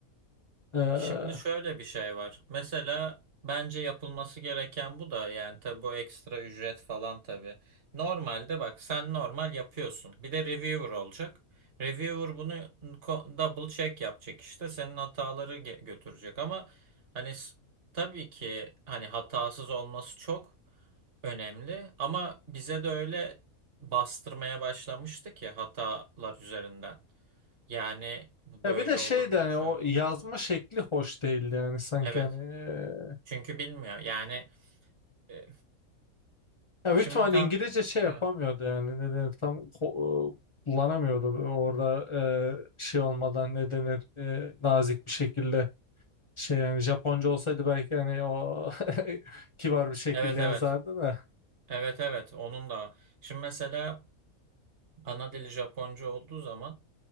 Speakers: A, on the left; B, on the right.
A: E,
B: Şimdi şöyle bir şey var. Mesela bence yapılması gereken bu da yani tabii bu ekstra ücret falan tabii. Normalde bak sen normal yapıyorsun. Bir de reviewer olacak. Reviewer bunu ko- double check yapacak işte. Senin hataları ge- götürecek ama hani s- tabii ki hani hatasız olması çok önemli ama bize de öyle bastırmaya başlamıştı ki hatalar üzerinden. Yani bu
A: ya
B: böyle
A: bir de şey
B: olur mu,
A: de hani
B: şöyle
A: o yazma
B: olur mu?
A: şekli hoş değildi yani sanki
B: Evet.
A: hani e,
B: Çünkü bilmiyor. Yani e,
A: ya büyük
B: şimdi
A: ihtimal
B: tam
A: İngilizce şey yapamıyordu
B: evet.
A: yani ne denir tam ko- e, kullanamıyordu orada e, şey olmadan ne denir e, nazik bir şekilde şey yani Japonca olsaydı belki hani o <laughs> kibar bir şekilde
B: Evet evet.
A: yazardı da.
B: Evet evet. Onun da. Şimdi mesela ana dili Japonca olduğu zaman